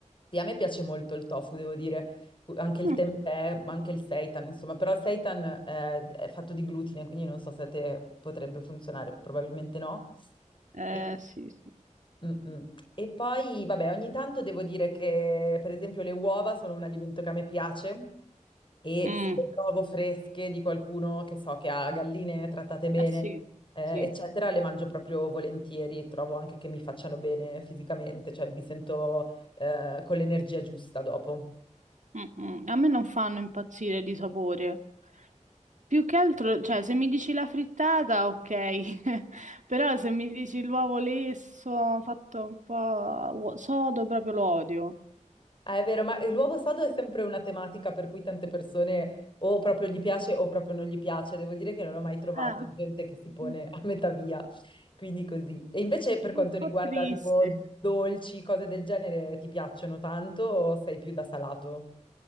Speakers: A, on the left; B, on the right.
A: Sì, a me piace molto il tofu, devo dire, cu- anche il
B: Mm,
A: tempeh, ma anche il seitan, insomma, però il seitan eh, è fatto di glutine, quindi non so se a te potrebbe funzionare, probabilmente no.
B: Eh
A: E,
B: sì, sì.
A: Mm, mm. E poi, vabbè, ogni tanto devo dire che, per esempio, le uova sono un alimento che a me piace e
B: mm,
A: se le trovo fresche di qualcuno che so che ha galline trattate bene,
B: eh sì,
A: eh,
B: sì.
A: eccetera, le mangio proprio volentieri, trovo anche che mi facciano bene fisicamente, cioè mi sento, eh, con l'energia giusta dopo.
B: Mm, mm. A me non fanno impazzire di sapore. Più che altro, cioè, se mi dici la frittata, ok. <laughs> Però se mi dici l'uovo lesso, fatto un po' uo- sodo, proprio lo odio.
A: Ah, è vero, ma l'uovo sodo è sempre una tematica per cui tante persone o proprio gli piace o proprio non gli piace. Devo dire che non ho mai trovato
B: Eh,
A: gente che si
B: mm,
A: pone a metà via, quindi così. E invece per quanto
B: un
A: riguarda
B: po' triste.
A: tipo dolci, cose del genere, ti piacciono tanto o sei più da salato?